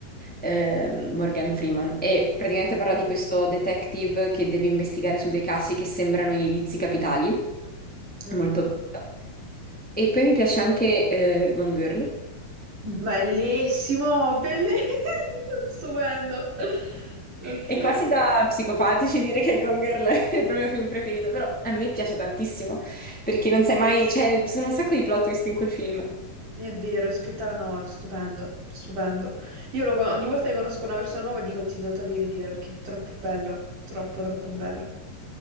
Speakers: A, in the centre; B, on the right.
A: ehm, Morgan Freeman. E praticamente
B: Mm.
A: parla di questo detective che deve investigare su dei casi che sembrano i vizi capitali.
B: Mm.
A: È Molto bello. E poi mi piace anche eh, Gone Girl.
B: Bellissimo, bellissimo, <laughs> stupendo. Ok.
A: È quasi da psicopatici dire che Gone Girl <laughs> è il proprio film preferito, però a me piace tantissimo, perché non sai mai, cioè, ci sono un sacco di plot twist in quel film.
B: È vero, è spettacolo, no, è stupendo, stupendo. Io lo- ogni volta che conosco una persona nuova dico ti do da rivedere perché è troppo bello, troppo, troppo bello.